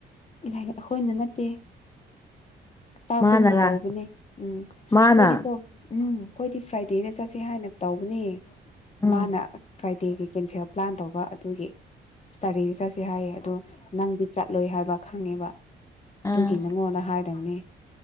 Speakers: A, on the left; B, on the left.
A: ꯂꯥꯏꯔꯤꯛ ꯑꯩꯈꯣꯏꯅ ꯅꯠꯇꯦ ꯆꯥꯛꯕꯣꯡꯅ
B: ꯃꯥꯅꯔꯥ
A: ꯇꯧꯕꯅꯦ ꯎꯝ ꯑꯩꯈꯣꯏꯗꯤꯀꯣ
B: ꯃꯥꯅ
A: ꯎꯝ ꯑꯩꯈꯣꯏꯗꯤ ꯐ꯭ꯔꯥꯏꯗꯦꯗ ꯆꯠꯁꯦ ꯍꯥꯏꯅ ꯇꯧꯕꯅꯦ
B: ꯎꯝ
A: ꯃꯥꯅ ꯐ꯭ꯔꯥꯏ ꯗꯦꯒꯤ ꯀꯦꯟꯁꯦꯜ ꯄ꯭ꯂꯥꯟ ꯇꯧꯕ ꯑꯗꯨꯒꯤ ꯏꯁꯇꯥꯗꯤ ꯆꯠꯁꯦ ꯍꯥꯏꯌꯦ ꯑꯗꯨꯗꯣ ꯅꯪꯗꯤ ꯆꯠꯂꯣꯏ ꯍꯥꯏꯕ ꯈꯪꯉꯦꯕ
B: ꯑꯥ
A: ꯑꯗꯨꯒꯤ ꯅꯪꯉꯣꯅ ꯍꯥꯏꯗꯧꯅꯦ